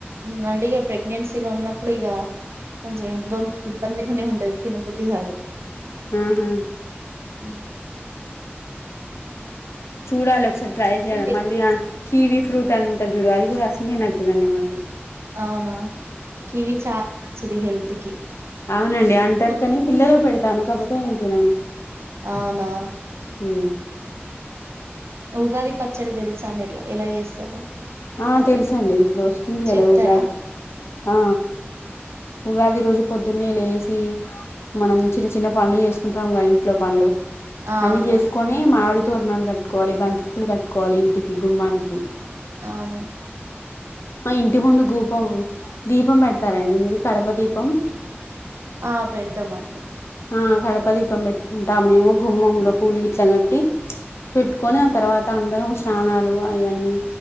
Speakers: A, on the right; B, on the left.
A: ఉ అండి ఇక ప్రెగ్నెన్సీలో ఉన్నప్పుడు ఇగా కొంచెం ఇబ్బ ఇబ్బందిగానే ఉంటది తినబుద్ధి కాదు
B: ఆహా
A: ఉ
B: చూడాలే ఒకసారి ట్రై చేయాలి
A: అందుకే-
B: మళ్ళీ ఆ కీవ ఫ్రూట్ టన్ ఉంటది చుడు అది కూడా అసలే నచ్చదండి మాకు
A: అవునా కివి చాలా మంచిది హెల్త్ కి
B: అవునండి అంటరుకాని పిల్లలకు పెడుతాను కాకపోతే నేను తినను
A: అవునా
B: మ్
A: ఉగాది పచ్చడ తెలుసా అండ్ ఎట్లా ఎలా చేస్తారో
B: ఆ తెలుసండి ఇప్పుడు వస్తుంది కదా
A: చెప్తారా
B: ఉగాదికి ఆ ఉగాది ఈ రోజు పొద్దున్నే లేసి మనం చిన్న చిన్న పనులు చేసుకుంటాముగ ఇంట్లో పనులు
A: ఆ
B: అన్ని
A: అవునండి
B: చేసుకొని మామిడి తోరణాలు కట్టుకోవాలి బంతిపులు కట్టుకోవాలి ఇంటికి గుమ్మానికి
A: అవును
B: ఆ ఇంటి ముందు కూపం దీపం పెడతారండి మీరు కడప దీపం
A: ఆ పెడుతామండి
B: ఆ కడప దీపం పెట్టుకుంటా మేము గుమ్మంలో పూలు గిట్లా కట్టి పెట్టుకొని ఆ
A: ఉమ్.
B: తర్వాత అందరం స్నానాలు అవన్నీ